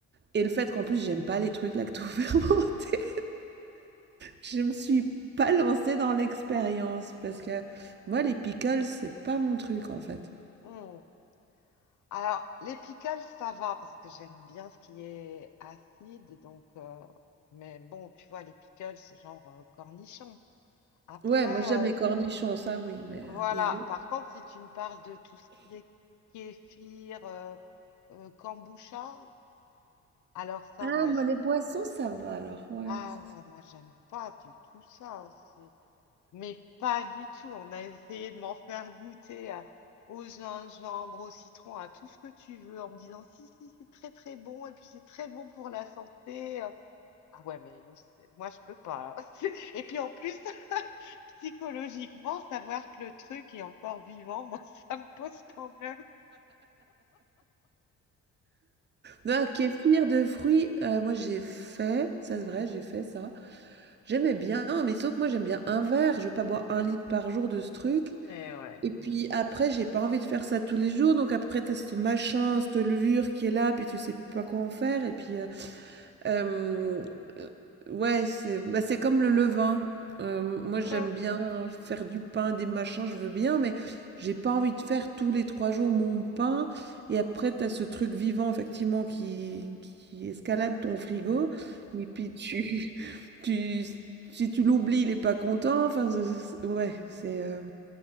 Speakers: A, on the right; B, on the left.
A: Et le fait qu'en plus j'aime pas les trucs lacto-fermentés. Je me suis pas lancée dans l'expérience parce que moi, les pickles, c'est pas mon truc en fait.
B: Mm. <coughs> Alors, les pickles, ça va parce que j'aime bien ce qui est acide, donc euh, mais bon, tu vois, les pickles, genre euh, cornichons. Après,
A: Ouais, moi j'aime les
B: euh,
A: cornichons, ça oui, mais
B: Voilà.
A: euh, les autres.
B: Par contre, si tu me parles de tout ce qui est kéfir, euh, euh, kombucha, alors ça,
A: Ah,
B: moi,
A: moi
B: je...
A: les boissons, ça va alors, ouais.
B: ah
A: ça,
B: ouais,
A: ça-
B: moi, j'aime pas du tout ça. C'est... Mais pas du tout. On a essayé de m'en faire goûter à- au gingembre, au citron, à tout ce que tu veux, en me disant si, si, c'est très, très bon, et puis c'est très bon pour la santé. euh, ah ouais, mais c'est- moi, je peux pas. <laughs> Et puis en plus, <laughs> psychologiquement, savoir que le truc est encore vivant, moi, <laughs> ça me pose problème.
A: Non, kéfir de fruits, euh, moi j'ai fait, ça c'est vrai, j'ai fait ça. J'aimais bien, mais sauf que moi j'aime bien un verre, je vais pas boire un litre par jour de ce truc.
B: Eh ouais.
A: Et puis après, j'ai pas envie de faire ça tous les jours, donc après t'as ce machin, cette levure qui est là, puis tu sais pas quoi en faire, et puis euh, Hem, ouais, c'est bah, c'est comme le levain. Hem, moi, j'aime
B: Hum,
A: bien faire du pain, des machins, je veux bien, mais j'ai pas envie de faire tous les 3 jours mon pain et après tu as ce truc vivant effectivement qui qui escalade ton frigo et puis tu <laughs> tu si tu l'oublies, il est pas content, enfin, c'est c'est ouais, c'est, heu,